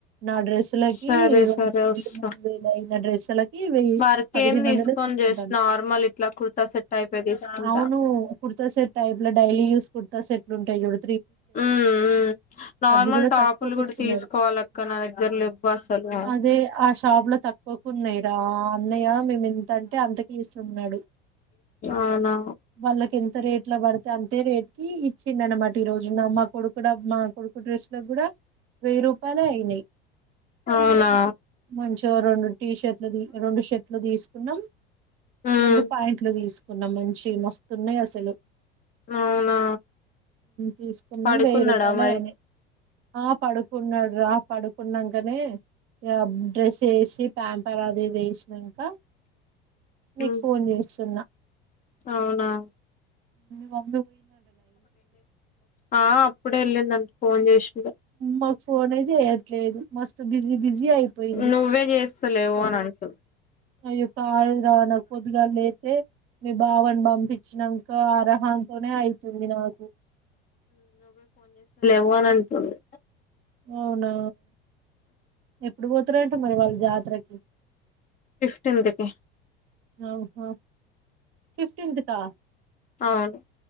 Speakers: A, on the right; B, on the left.
A: నా డ్రెస్సులకి
B: సరే
A: ర
B: సరే
A: వే
B: వస్తా
A: మూడు వేల అయిన డ్రెస్లకి వెయ్యి
B: వర్క్
A: పదిహే
B: ఏం తీసుకోను
A: వందలు చూసుకుంటాను
B: జస్ట్ నార్మల్ ఇట్లా కుర్తా సెట్ టైపే తీసుకుంటా
A: అవును కుర్తా సెట్ టైప్ లో డైలీ యూస్ కుర్తా సెట్ ఉంటాయి యూడు
B: మ్ మ్ నార్మల్
A: అవి కూడా
B: టాపులు
A: తక్కువకి
B: కూడా
A: ఇస్తున్నారు
B: తీసుకోవాలి అక్క నా దగ్గర లేవ్వసలు
A: అదే ఆ షాప్ లో తక్కువకు ఉన్నాయిరా అన్నయ్య మేంతంటే అంతకిస్తున్నాడు
B: అవునా
A: వాళ్ళకి ఎంత రేట్ ఇట్లా పడితే అంతే రేట్ కి ఇచ్చిండు అనమాట ఈ రోజున మా కొడుకు మా కొడుకు డ్రెస్ లో కూడా వెయిరూపాలే అయినయీ
B: అవునా
A: మంచిగా రెండు టీ షర్ట్లు రెండు షర్ట్లు తీసు కున్నాం
B: హ్మ్
A: రెండు పాయింట్లు తీసుకున్నాం మంచి మ స్తున్నాయి అసలు
B: అవునా
A: తీసుకున్నాం
B: పడుకున్నాడా
A: వెయ్యి రూపాయలు
B: మరి
A: అయినయి ఆ పడుకున్నాడు రా పడుకున్నాం నే ఇగ డ్రెస్ వేసి ప్యాంపర్ అదిది వేసినంక నీకు
B: హ్మ్
A: ఫోన్ చేస్తున్నా
B: అవునా
A: ఆ
B: ఆ అప్పుడే వెళ్ళిందం ఫోన్ చేష్
A: మాకు ఫోనే చేయట్లేదు మస్తు బిజీ బిజీ అయిపోయింది
B: నువ్వే చేస్తలేవు అని అంటవు
A: ఆ యొక్క ఆ రా నా కొద్దిగా లేతే మీ భావను పంపించినాక అర్హంతోనే అయితుంది నాకు
B: పో అని అంటుండు
A: అవునా ఎ ఇప్పుడు పోతరంట మరి వా యాత్రకి
B: జిందికి
A: ఆహ ఫిఫ్టీన్త్ కా
B: అవును